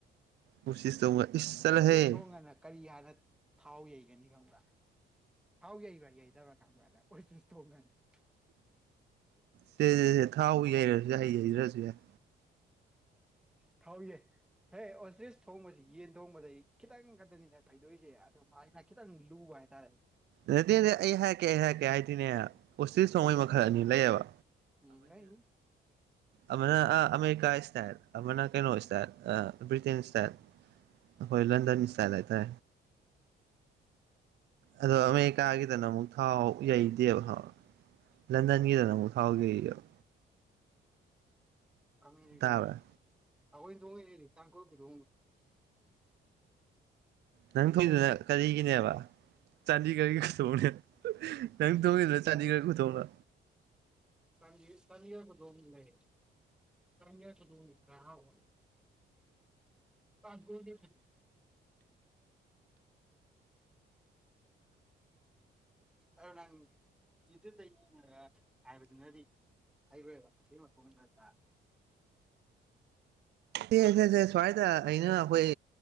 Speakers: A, on the right; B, in the centre.
A: ꯎꯁꯤꯁ ꯇꯧꯒ ꯏꯁ ꯆꯠꯂꯍꯦ
B: ꯑꯣꯁꯤꯤꯁ ꯊꯣꯡꯉꯅ <inaudible> ꯀꯔꯤ ꯍꯥꯟꯅ ꯊꯥꯎ ꯌꯩꯒꯅꯤ ꯈꯪꯕ꯭ꯔꯥ ꯊꯥꯎ ꯌꯩꯕ꯭ꯔꯥ ꯌꯩꯗꯕ꯭ꯔꯥ ꯈꯪꯕ꯭ꯔꯥꯅ ꯆꯁ ꯇꯅꯤ <inaudible>
A: ꯁꯦ ꯊꯥꯎ ꯌꯩꯔꯁꯨ ꯌꯩꯗꯔꯁꯨ ꯌꯥꯥꯢ
B: ꯊꯥꯎꯌꯩ ꯍꯦ ꯑꯣꯁꯇ꯭ꯔꯤꯁ ꯊꯣꯡꯕꯁꯤ ꯌꯦꯟ ꯊꯣꯡꯕꯗꯒꯤ ꯈꯤꯇꯪ ꯈꯛꯇꯅꯤꯅꯦ ꯐꯩꯗꯣꯛꯏꯁꯦ ꯃꯥꯏꯅꯈꯤꯗꯪ ꯂꯨꯕ ꯍꯥꯏꯇꯥꯥꯔꯦ
A: ꯅꯠꯇꯦ ꯑꯩ ꯍꯥꯏꯔꯛꯀꯦ ꯑꯩ ꯍꯥꯏꯔꯛꯀꯦ ꯍꯥꯏꯗꯤꯅꯦ ꯑꯣꯣꯇꯤꯜ ꯁꯣꯡꯉꯩ ꯃꯈꯜ ꯑꯅꯤ ꯂꯩꯌꯦꯕ
B: ꯎꯝ ꯂꯩ
A: ꯑꯅ ꯑ ꯑꯃꯦꯔꯤꯀꯥ ꯏꯁꯇ ꯑꯅ ꯀꯩꯅꯣ ꯏꯁꯇ ꯑ ꯭ꯔꯤꯇꯦꯦꯟ ꯏꯁꯇꯥꯏ ꯍꯣꯏ ꯂꯗ ꯃꯤꯁ ꯆꯥꯏꯗꯥꯏ ꯇꯦ ꯑꯗ ꯑꯃꯦꯀ ꯍꯥꯏꯒꯗ ꯅ ꯑꯃꯛ ꯊꯥꯎ ꯌꯩꯗꯦꯕ ꯊꯥꯎ ꯂꯟꯗꯟꯒꯤꯗꯅ ꯑꯃꯨꯛ ꯊꯥꯎ ꯌꯩꯌꯦꯕ
B: ꯑꯒ
A: ꯇꯥꯕ꯭ꯔꯥ
B: ꯑꯈꯣꯏ ꯇꯉ ꯆꯥꯡꯀꯄꯤꯤꯗ
A: ꯅꯪ ꯊꯣꯏꯗꯅ ꯀꯔꯤꯒꯤꯅꯦꯕ ꯆꯥꯟꯗꯤ ꯀꯔꯤ ꯀꯊꯣꯛꯅꯦ ꯅꯪ ꯇꯣꯡꯉꯤꯗꯅ ꯆꯥꯅꯤ ꯈꯔ ꯀꯊꯣꯡꯕ
B: ꯁ ꯁꯅꯤꯕꯨꯗꯣ ꯃ ꯂꯩꯦ ꯀꯝꯗ꯭ꯔꯥ ꯍꯥꯎ ꯄꯒꯣꯗꯤ ꯑꯣ ꯅꯪ ꯌꯇꯠꯇ ꯌꯦꯡꯉꯒ ꯍꯥꯏꯕꯗꯨꯅꯗꯤ ꯍꯈ꯭ꯔꯣꯏꯕ ꯑꯁꯤ ꯃꯐꯝꯗ ꯇꯥ
A: ꯁꯦ ꯁꯦ ꯁꯦ ꯁ꯭ꯋꯥꯏꯗ ꯑꯩꯅ ꯑꯩꯈꯣꯏ